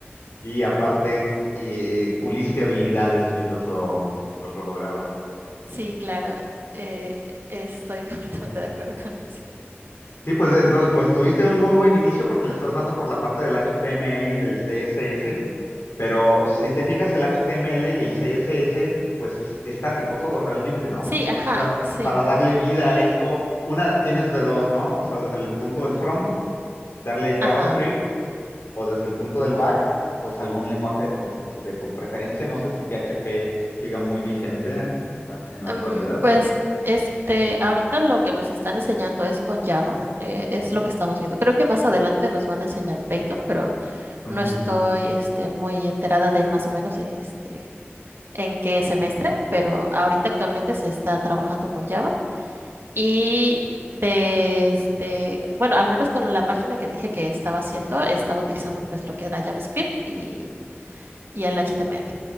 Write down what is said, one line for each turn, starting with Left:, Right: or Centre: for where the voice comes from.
Left: y aparte eh, puliste habilidades mientras lo, mientras lo lograbas.
Right: Sí, claro, eh, estoy <laughs> completamente de acuerdo con eso.
Left: Sí, pues entonces, pues tuviste un muy buen inicio porque le estás dando por la parte del HTML y del CSS Pero si te fijas, el HTML y el CSS, pues es estático todo realmente, ¿no?
Right: Sí, ajá,
Left: O sea,
Right: sí,
Left: para darle vida a esto, una tienes de dos, ¿no? O sea, desde el punto del front, darle JavaScript,
Right: ajá.
Left: o desde el punto del back, pues algún lenguaje de tu, de tu preferencia. No sé si PHP siga muy vigente eh, eh, en la
Right: Em,
Left: actualidad.
Right: pues este, ahorita lo que nos están enseñando es con Java, eh, es lo que estamos viendo. Creo que más adelante nos van a enseñar Python, pero
Left: Ujú.
Right: no estoy este, muy enterada de más o menos este, en qué semestre, pero ahorita actualmente se está trabajando con Java. Y de este, bueno, al menos con la página que te dije que estaba haciendo, estaba utilizando pues lo que era JavaScript y, y el HTML.